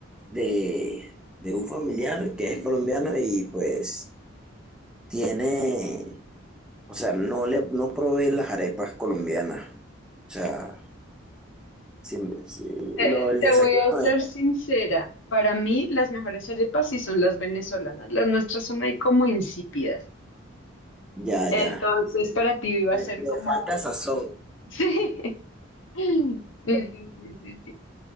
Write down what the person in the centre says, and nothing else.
de, de un familiar que es colombiano y pues tiene, o sea, no le no provee las arepas colombianas. O sea, si- si-
lo, el
desayuno
es-
ya,
ya.
Le,
le
falta sazón.